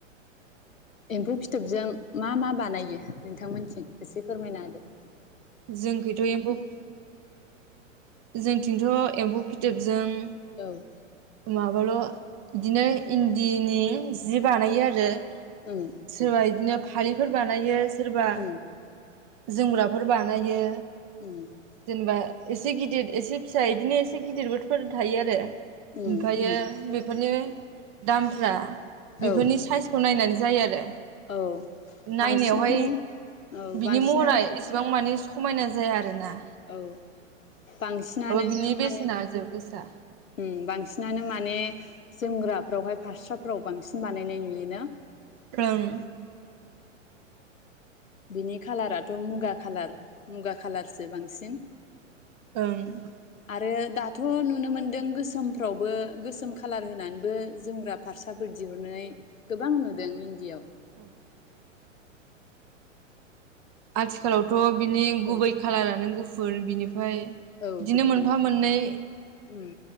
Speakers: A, on the left (about 85°); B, on the right (about 30°).
A: एम्फौ फिथोबजों मा मा बानायो नोंथांमोनथिं एसे फोरमायना होदो ।
B: जोंखैथ' एम्फौ जोंनिथिंथ' एम्फौ फिथोबजों
A: औ ।
B: माबाल' बिदिनो इन्दिनि जि बानायो आरो ।
A: उम
B: सारबा इदिनो फालिफोर बानायो सोरबा
A: उम
B: जोमग्राफोर बानायो
A: उम
B: जेनबा एसे गिदिर एसे फिसा इदिनो एसे गिदिर बोथफोर थायो आरो ।
A: उम
B: ओमफायो बि फोरनो दामफ्रा बेफोरनि
A: औ
B: साइजखौ नायनानै जायो आरो ।
A: औ बांसिनानो
B: नायनायावहाय
A: औ बांसिनानो
B: बिनि महरा एसेबां मानि स' मायना जाया आरोना ।
A: औ बांसिनानो
B: बिनि
A: माने
B: बेसेना जोबोद गोसा
A: उम बांसि नानो माने जोमग्राफोरावहाय फास्राफोराव बांसिन बानायनाय नुयोना?
B: फ्रों
A: बिनि खालाराथ' मुगा खालार मुगा खालारसो बांसिन ।
B: ओं ।
A: रो दाथ' नुनो मोनदों गोसोमफ्रावबो गोसोम खालार होनानैबो जोमग्रा फास्राफोर दिहुननाय गोबां नुदों इन्दियाव ।
B: औ । आथिखालावथ' बिनि
A: औ
B: गुबै खालारानो गु फुर बिनिफ फाय बिदिनो
A: औ गुफुर
B: मोनफा मोननै।
A: उम।